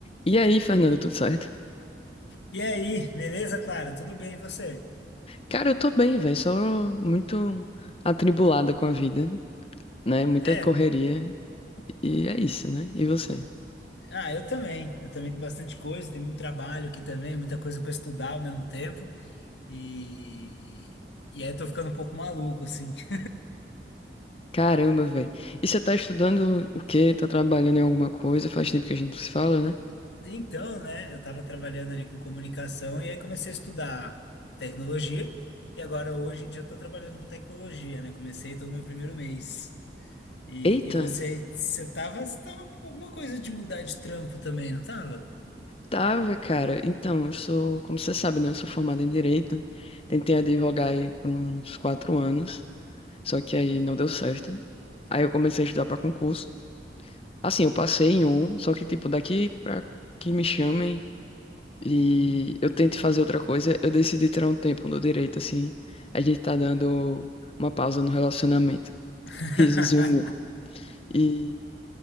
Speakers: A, on the left; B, on the left.
A: E aí, Fernando, tudo certo?
B: E aí, beleza, Clara? Tudo bem, e você?
A: Cara, eu tô bem, velho, só muito atribulada com a vida, né? Muita
B: É,
A: correria e é isso, né? E você?
B: ah, eu também. Eu também tenho bastante coisa, tem muito trabalho aqui também, muita coisa para estudar ao mesmo tempo. E, e aí eu tô ficando um pouco maluco, assim. <laughs>
A: Caramba, velho. E você tá estudando o quê? Tá trabalhando em alguma coisa? Faz tempo que a gente não se fala, né?
B: Então, né, eu tava trabalhando ali com comunicação e aí comecei a estudar tecnologia. E agora, hoje em dia, eu tô trabalhando com tecnologia, né? Comecei tô no meu primeiro mês. E,
A: Eita,
B: e você, você tava, você tava com alguma coisa de mudar de trampo também, não tava?
A: tava, cara. Então, eu sou, como você sabe, né? Eu sou formada em Direito. Tentei advogar aí por uns quatro anos, só que aí não deu certo. Aí eu comecei a estudar pra concurso. Assim, eu passei em um, só que, tipo, daqui pra que me chamem. E
B: Hum.
A: eu tento fazer outra coisa, eu decidi tirar um tempo no direito, assim. A gente tá dando uma pausa no relacionamento. <laughs>
B: <laughs>
A: Risos e humor. E